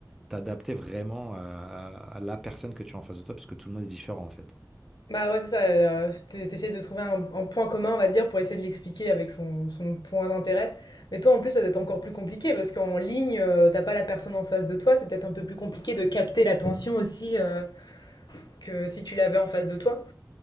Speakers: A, in the centre; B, on the left.
A: t'adapter vraiment à, à- à la personne que tu as en face de toi, parce que tout le monde est différent, en fait.
B: bah ouais, c'est ça, euh, t'es- t'essayes de trouver un, un point commun, on va dire, pour essayer de l'expliquer avec son, son point d'intérêt. Mais toi, en plus, ça doit être encore plus compliqué parce qu'en ligne, euh, t'as pas la personne en face de toi, c'est peut-être un peu plus compliqué de capter l'attention aussi euh, que si tu l'avais en face de toi.